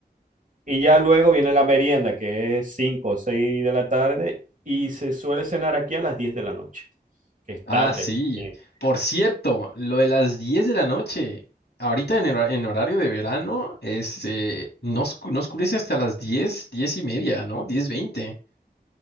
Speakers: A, on the right (about 50°); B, on the left (about 80°).
A: Y ya luego viene la merienda, que es 5 o 6 de la tarde, y se suele cenar aquí a las 10 de la noche, que es
B: Ah,
A: tarde
B: sí.
A: también.
B: Por cierto, lo de las 10 de la noche. Ahorita en, el hora- en horario de verano, este, no, oscu- no oscurece hasta las 10, 10 y media, ¿no? 10 20.